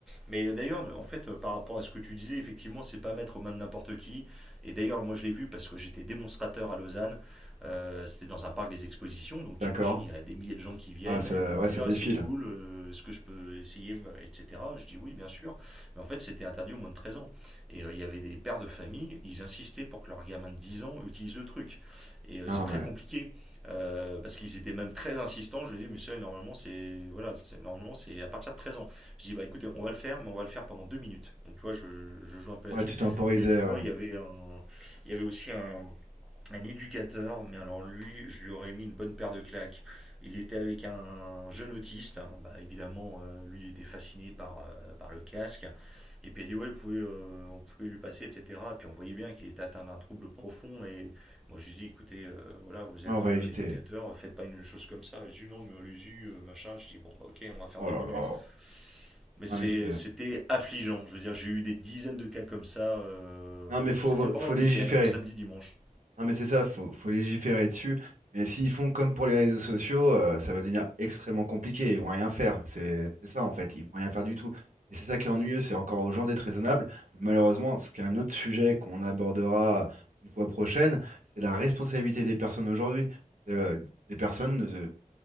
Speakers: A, in the centre; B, on the right.
A: Mais d'ailleurs, en fait, euh, par rapport à ce que tu disais, effectivement, c'est pas mettre aux mains de n'importe qui. Et d'ailleurs, moi, je l'ai vu parce que j'étais démonstrateur à Lausanne. Euh, c'était dans un parc des expositions, donc
B: d'accord.
A: t'imagines, il y a des milliers de gens qui viennent.
B: Ah, ça,
A: et ils
B: ouais,
A: disent
B: ça
A: ah
B: défile.
A: c'est cool, euh, est-ce que je peux essayer, etc. Je dis oui, bien sûr. Mais en fait, c'était interdit au moins de 13 ans. Et euh, il y avait des pères de famille, ils insistaient pour que leur gamin de 10 ans utilise le truc. Et euh,
B: Non,
A: c'est très
B: mais...
A: compliqué. euh, parce qu'ils étaient même très insistants, je lui ai dit, mais ça, normalement, c'est voilà, normalement, c'est à partir de 13 ans. Je dis, bah écoutez, on va le faire, mais on va le faire pendant deux minutes. Donc tu vois, je, je joue un peu là-dessus.
B: Ouais, tu temporisais,
A: Et une fois,
B: ouais. Ouais,
A: il y avait, un, il y avait aussi un, un éducateur, mais alors lui, je lui aurais mis une bonne paire de claques. Il était avec un jeune autiste, hein. bah, évidemment, euh, lui, il était fasciné par, euh, par le casque. Et puis il a dit, ouais, vous pouvez, euh, on pouvait lui passer, etc. Et puis on voyait bien qu'il était atteint d'un trouble profond. Et moi, je lui dis, écoutez, euh, voilà, vous
B: on
A: êtes
B: va
A: euh,
B: éviter.
A: éducateur, faites pas une chose comme ça. Je dis, non, mais allez-y, euh, machin. Je dis, bon, bah, ok, on va faire
B: Oh
A: deux
B: là
A: minutes.
B: là.
A: Mais c'était
B: Non, mais c'est...
A: affligeant. Je veux dire, j'ai eu des dizaines de cas comme ça. euh,
B: Non, mais faut,
A: c'était
B: vra-
A: pendant
B: faut
A: le
B: légiférer.
A: week-end, samedi, dimanche.
B: Non, mais c'est ça, faut, faut légiférer dessus. Mais s'ils font comme pour les réseaux sociaux, euh, ça va devenir extrêmement compliqué. Ils vont rien faire. C'est c'est ça, en fait. Ils vont rien faire du tout. Et c'est ça qui est ennuyeux. C'est encore aux gens d'être raisonnables. Malheureusement, ce qui est un autre sujet qu'on abordera une fois prochaine, c'est la responsabilité des personnes aujourd'hui. Euh, des personnes, euh,